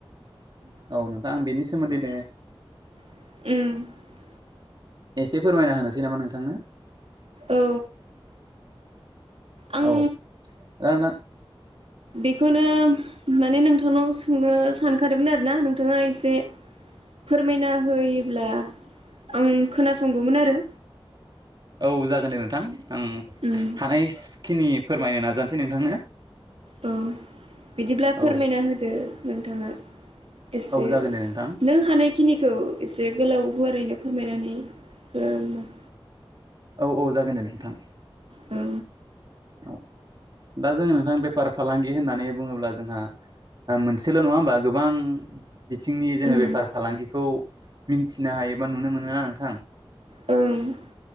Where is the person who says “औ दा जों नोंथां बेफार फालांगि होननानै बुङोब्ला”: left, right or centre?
Right